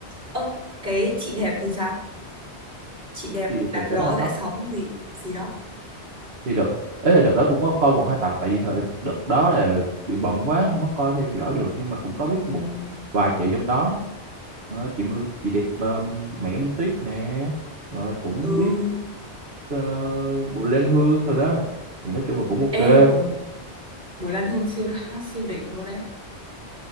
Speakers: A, on the right (about 50°); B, on the right (about 65°).
A: ơ cái chị đẹp thì sao chị đẹp
B: chi đẹp
A: đạp
B: đẹp
A: gió
B: đó là
A: rẽ
B: sắp
A: sóng gì gì đó
B: thì đợt ấy là đợt đó cũng có coi một hai tập tại vì thời, đợt đó là bị bận quá không có coi theo dõi được nhưng mà cũng có biết
A: ừ
B: một vài chị trong đó Ờ, chị Mưu- chị đẹp ờ, Mẹ Minh Tuyết nè rồi cũng
A: ừ
B: biết uh, Bùi Lan Hương rồi đó thì nói chung là cũng ok
A: ê ừ Bùi Lan Hương siêu hát siêu đỉnh luôn đấy